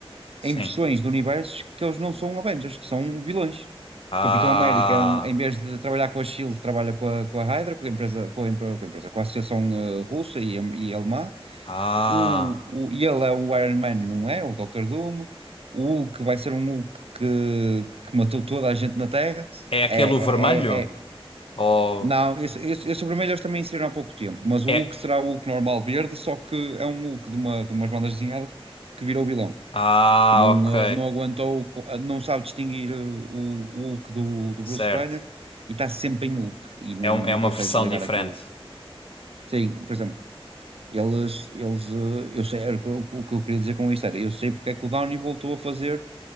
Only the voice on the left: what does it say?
sim.
Ah,
ah,
é aquele
o vermelho?
Ou
é?
Ah,
ok,
certo.
É,
um- é uma
versão
diferente,